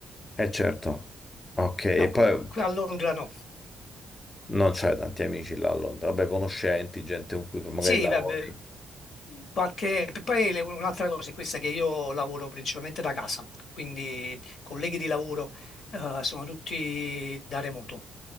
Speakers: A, on the left (about 25°); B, on the left (about 60°).
A: è certo. Ok, e
B: No, qui,
A: poi...
B: qui a Londra no,
A: Non c'hai tanti amici là a Londra, vabbè, conoscenti, gente con cui magari
B: Sì,
A: lavori.
B: vabbè, qualche... p- poi le- un'altra cosa è questa che io lavoro principalmente da casa, quindi colleghi di lavoro eh, sono tutti da remoto